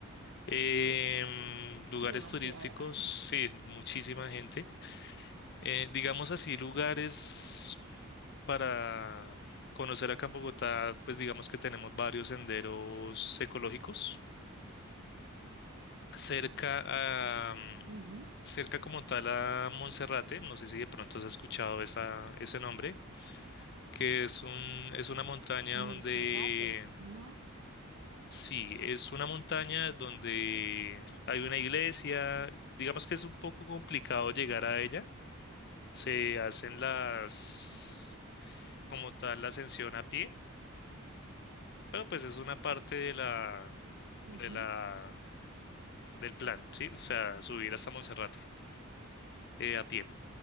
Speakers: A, on the left; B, on the right.
A: Em, lugares
B: Demasiada.
A: turísticos, sí, muchísima gente. Eh, digamos así, lugares para conocer acá en Bogotá, pues digamos que tenemos varios senderos ecológicos. cerca a, mm,
B: Ujú.
A: cerca como tal a Monserrate, no sé si de pronto has escuchado esa, ese nombre, que es un, es una montaña
B: Monserrate,
A: donde,
B: ¿no?
A: sí, es una montaña donde hay una iglesia, digamos que es un poco complicado llegar a ella, se hacen las, como tal, la ascensión a pie, pero pues es una parte de la,
B: Ujú.
A: de la, del plan, ¿sí? O sea, subir hasta Monserrate, eh, a pie,